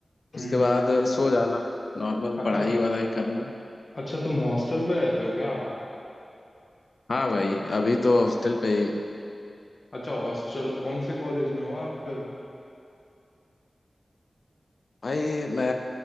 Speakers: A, on the left; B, on the left.
A: उसके
B: हम्म
A: बाद सो जाना नॉर्मल
B: अच्छा
A: पढ़ाई वाला करना
B: अच्छा तुम हॉस्टल पे रहते हो क्या
A: हाँ भाई अभी तो हॉस्टल पे ही हूँ
B: अच्छा हॉस्टल कौन से कॉलेज में हो आप फिर
A: भाई मैं